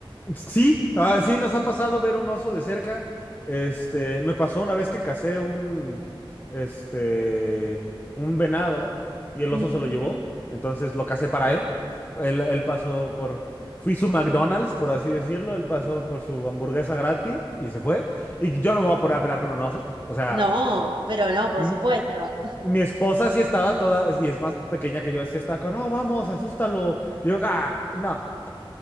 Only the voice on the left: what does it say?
Sí, ah, sí, nos ha pasado ver un oso de cerca. Este, me pasó una vez que casé un, este, un venado y el
oso se lo llevó. Entonces lo casé para él. Él, él pasó por, fui su McDonald's, por así decirlo. Él pasó por su hamburguesa gratis y se fue. Y yo no me voy a poner a pelear con un oso. O sea,
m-
mi esposa sí estaba toda, y es más pequeña que yo, sí estaba con, no, vamos, asústalo. Y yo, ah, no,